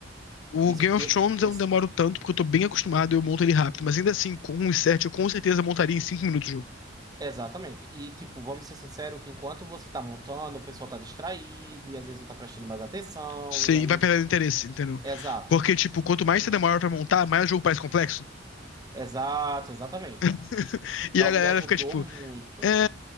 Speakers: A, on the left; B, on the right.
A: O
B: Esse
A: Game
B: tempo,
A: of Thrones
B: esse-
A: eu não demoro tanto, porque eu tô bem acostumado e eu monto ele rápido. Mas ainda assim, com um set, eu com certeza montaria em cinco minutos o jogo.
B: exatamente. E, tipo, vamos ser sinceros que enquanto você tá montando, o pessoal tá distraído e às vezes não tá prestando mais atenção.
A: Você
B: E aí.
A: e vai perdendo interesse, entendeu?
B: Exato.
A: Porque, tipo, quanto
B: Exatamente.
A: mais você demora pra montar, mais o jogo parece complexo.
B: Exato, exatamente.
A: <laughs>
B: Então,
A: E a galera
B: me ajudou
A: fica, tipo,
B: muito.
A: é,